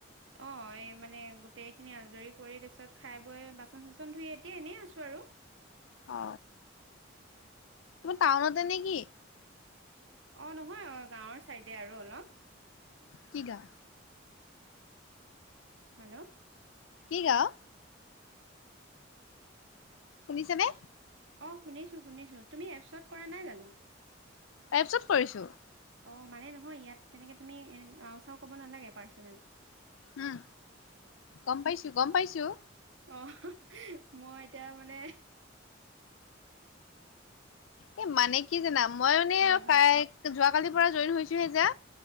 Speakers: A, on the right (about 75°); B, on the left (about 85°).
A: অ এই মানে গোটেই খিনি আজৰি কৰি তাৰিছত খাই বৈ বাচন চাচন ধুই এতিয়া এনেই আছো আৰু
B: অ তোমাৰ টাউনতে নেকি?
A: অ নহয় অ গাঁৱৰ ছাইডে আৰু অলপ
B: কি গাঁও
A: হেল্ল'
B: কি গাঁও শুনিছেনে
A: অ শুনিছো শুনিছো তুমি এপছত কৰা নাই জানো
B: এপছত কৰিছো
A: অ মানে নহয় ইয়াত তেনেকৈ তুমি গাঁও চাও ক'ব নালাগে পাৰ্চনেল
B: উম গম পাইছো গম পাইছো
A: অ মই এতিয়া মানে
B: এ মানে কি জানা মই মানে
A: হয়
B: যোৱা
A: হয়
B: কালিৰ পৰা জইন হৈছোহে যে